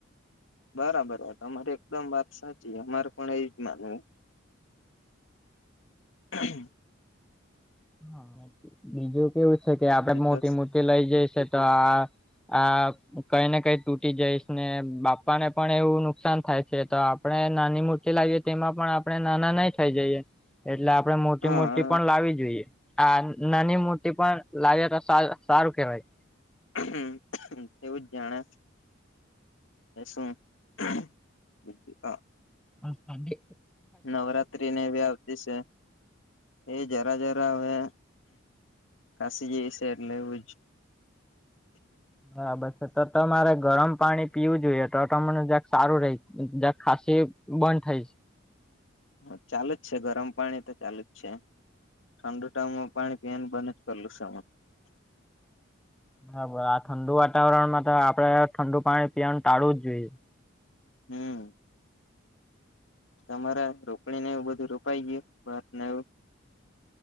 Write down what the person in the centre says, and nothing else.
હા બીજું કેવું છે કે આપડે
મોટી
મોટી લઈ જઈશે તો આ આ કઈ ને કઈ તૂટી જઈશ ને બાપાને પણ એવું નુકસાન થાય છે તો આપણે નાની મૂર્તિ લાવીએ તેમાં પણ આપણે નાના નહી થઈ જઈએ એટલે આપણે મોટી
મોટી પણ લાવી જોઈએ આ નાની મૂર્તિ પણ લાવી તો સારું કહેવાય
હ તને
બરાબર છે તો તમારે ગરમ પાણી પીવું જોઈએ તો તમને જ્યાક સારું રહી જક ખાસી બંધ થાય છે
બરાબર આ ઠંડુ વાતાવરણમાં તો આપડે ઠંડુ પાણી પીવાનું ટાળું જ જોઈએ